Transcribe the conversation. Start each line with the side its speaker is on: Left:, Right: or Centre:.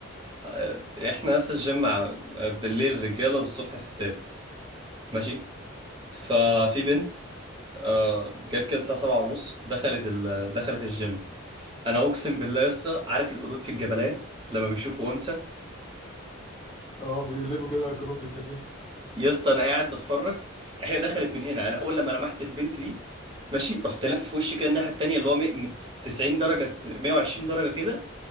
Right: آه، احنا اصلا الجيم ع- بالليل رجاله والصبح ستات ماشي ففي
Left: اه
Right: بنت آه، جت كده الساعه سبعة ونص دخلت ال... دخلت الجيم انا اقسم بالله يا اسطى عارف القرود في الجبلية لما بيشوفوا انثى
Left: اه بيقلبوا كده كلهم بيتجننوا
Right: يا اسطى انا قاعد بتفرج هي دخلت من هنا انا اول لما لمحت البنت دي ماشي رحت لافف في وشي كده الناحيه التانيه اللي هو 100 90 درجه 120 درجه كده